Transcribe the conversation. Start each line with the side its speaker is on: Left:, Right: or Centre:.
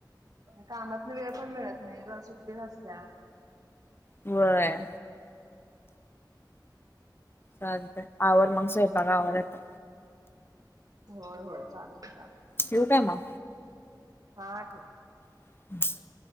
Right: कामातन वेळ पण मिळत नाही ग सुट्टी नसत्याया.
Left: व्हय. चालतंय आवर मग स्वयंपाक आवरायचा.
Right: होय होय चालत चालत.
Left: ठेवू काय मग?
Right: हा ठेव.
Left: <inaudible>